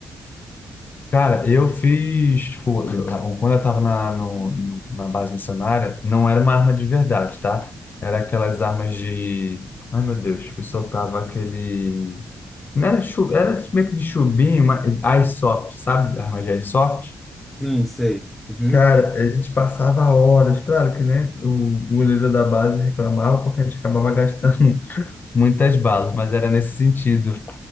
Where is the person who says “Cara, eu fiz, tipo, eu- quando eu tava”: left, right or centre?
Left